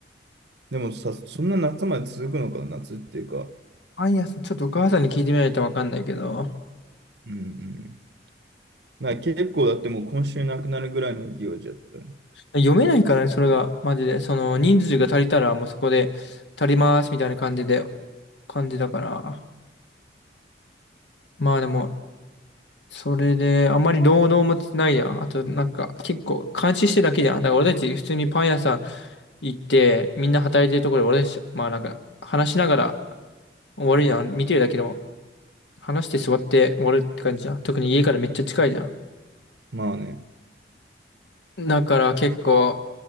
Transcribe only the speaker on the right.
でもさ、そんな夏まで続くのか、夏っていうか。
うんうん。まあ結構だってもう今週なくなるぐらいの勢いじゃったね。
まあね。